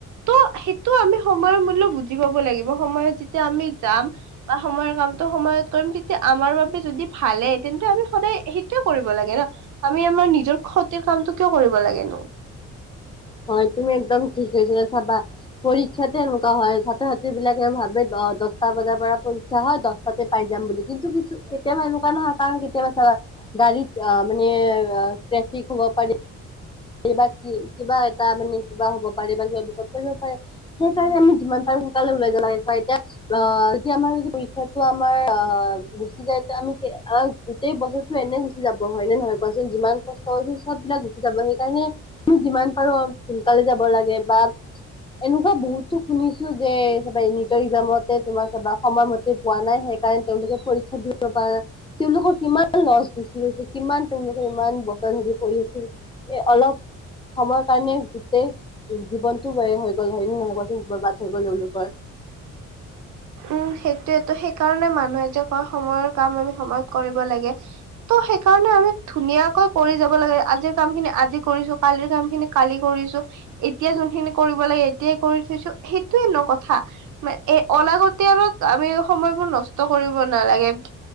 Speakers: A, on the right; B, on the left.
A: ত' সেইটো আমি সময়ৰ মূল্য বু জি পাব লাগিব সময়ত যেতিয়া আমি যাম বা সময়ৰ কামটো সময়ত কৰিম, তেতিয়া আমাৰ বাবে যদি ভালে তেন্তে আমি সদায় সেইটোৱে কৰিব লাগে ন' আমি আমাৰ নিজৰ ক্ষতিৰ কামটো কিয় কৰিব লাগেনো।
B: হয় তুমি একদম ঠিকে কৈছা চাবা। পৰীক্ষাতে এনেকুৱা হয়, ছাত্ৰ-ছাত্ৰী বিলাকে ভাবে দ-দহটা বজাৰ পৰা পৰীক্ষা হয়, দহ তাতে পাই যাম বুলি কিন্তু কিছু কেতিয়াবা এনেকুৱা নহয়। কাৰণ কেতিয়াবা চাবা গাড়ীত অ', মানে ট্ৰেফিক হ'ব পাৰে। কিবা কি কিবা এটা মানে কিবা হ'ব পাৰে বা কিবা বিপদ পৰিব পাৰে। সেইকাৰণে আমি যিমান পাৰো সোনকালে ওলাই যাব লাগে এতিয়া অ', যদি আমাৰ যদি পৰীক্ষাটো আমাৰ অ', গুচি যায় তে আমি কে <unintelligible> গোটেই বছৰটো এনে গুচি যাব হয় নে নহয় কোৱাচোন, যিমান কষ্ট কৰিছো চব বিলাক গুচি যাব, সেই সেইকাৰণে আমি যিমান পাৰো সোনকালে যাব লাগে বা এনেকুৱা বহুত তো শুনিছো যে চাবা নিটৰ একজামতে তোমাৰ চাবা সময়মতে পোৱা নাই সেইকাৰণে তেওঁলোকে পৰীক্ষা দিব পৰা নাই। তেওঁলোকৰ কিমান লছ গুচি গৈছে কিমান তেওঁলোকৰ ইমান বছৰ ধৰি পঢ়ি আছিল। এ অলপ সময়ৰ কাৰণে গোটেই জীৱনতো বেয়া হৈ গ'ল হয় নে নহয় কোৱাচোন, বৰবাদ হৈ গ'ল তেওঁলোকৰ?
A: উম, সেইটোয়েটো সেইকাৰণে মানুহে যে কয় সময়ৰ কাম আমি সময়ত কৰিব লাগে। ত' সেইকাৰণে আমি ধুনীয়াকৈ কৰি যাব লাগে, আজিৰ কাম খিনি আজি কৰিছো কালিৰ কাম খিনি কালি কৰিছো এতিয়া যোনখিনি কৰিব লাগে এতিয়াই কৰি থৈছো, সেইটোয়ে ন' কথা! মে এ অলাগত তেয়লত আমি সময়বোৰ নষ্ট কৰিব নালাগে